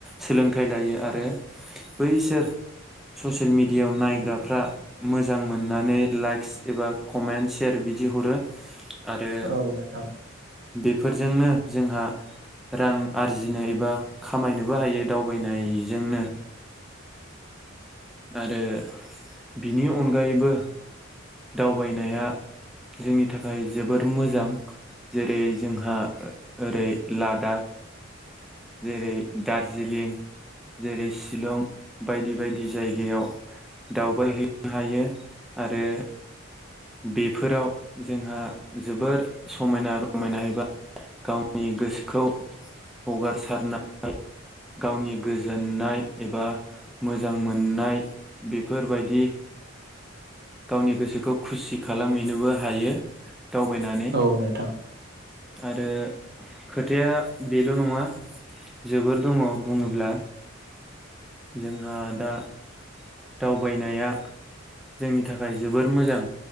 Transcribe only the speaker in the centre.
सोलोंथाइ लायो आरो बैसोर ससेल मिडियाव नायग्राफ्रा मोजां मोननानै लाइक्स एबा कमेन्टस सेयार बिदि हरो। आरो
बे फोरजोंनो जोंहा रां आरजिनो एबा खामायनोबो हायो। दावबायनाय जोंनो आरो बिनि अनगायैबो दावबायनाया जोंनि थाखाय जोबोर मोजां जेरै जोंहा ओरै लादाख जेरै दार्जिलिं जेरै शिलं बायदि बायदि जायगायाव दावबायहैनो हायो आरो बेफोराव जोंहा जोबोर समायना रमायना एबा गावनि गोसोखौ हगारसारनाय गावनि गोजोननाय एबा मोजां मोननाय बेफोरबायदि गावनि गोसोखौ खुसि खालामहैनोबो हायो। दावबायनानै
आरो खोथाया बेल' नङा जोबोर दङ बुङोब्ला जोंहा दा दावबायनाया जोंनि थाखाय जोबोर मोजां